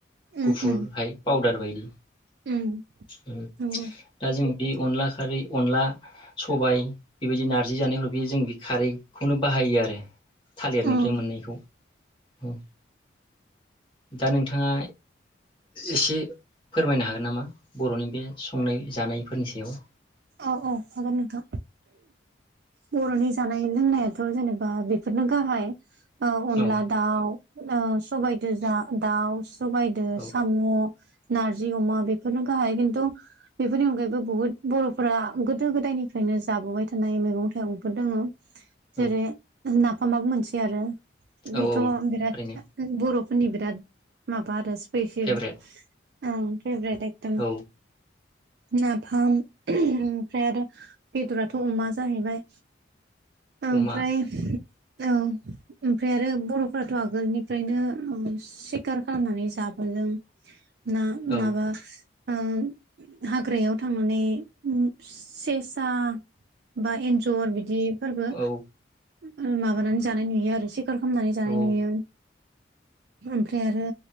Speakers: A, on the right; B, on the left.
A: उम
B: गुफुर
A: उम
B: हाय पाउदार बायो
A: उम
B: उम
A: नंगौ
B: दा जों बे अनला खारै अनला सबाय बेबायदि नारजि जानायफोराव बे जों बे खारैखौनो बाहायो आरो। थालिरनिफ्राय
A: उम
B: मोननायखौ औ। दा नोंथाङा एसे फोरमायनो हागोन नामा बर'नि बे संनाय जानायफोरनि सायाव
A: औ औ हागोन नोंथा बर'नि जानाय लोंनायाथ' जेनेबा बेफोरनो गाहाय अनला
B: औ
A: दाउ सबाइदोजा दाउ सबायजों
B: औ
A: साम' नारजि अमा बेफोरनो गाहाय खिन्थु बेफोरनि अनगायैबो बुहुत बर' फोरा गोदो गोदायनिफ्रायनो जाबोबाय थानाय मैगं थाइगंफोर दङो।
B: औ
A: जेरै नाफ फाम माबो मोनसे आरो
B: औ
A: बेथ'
B: औ
A: बिराद
B: थारैनो
A: बर' नि बिराद माबा आरो स्पेसिल
B: फेभरेट
A: औ भेबरेट एकदम
B: औ
A: नाफाम ओमफ्राय आरो बेदराथ' अमा जाहैबाय ओमफ्राय
B: अमा
A: औ ओमफ्राय आरो बर'फ्राथ' आगोलनिफ्रायनो सिखार खालामनानै जाबोदों ना
B: औ
A: माबा ओ हाग्रायाव थांनानै ओ सेसा बा एन्जर बिदि फोरबो
B: औ
A: ओ माबानानै जानाय नुयो आरो सि खार खालामनानै जानाय
B: औ
A: नुयो ओमफ्राय आरो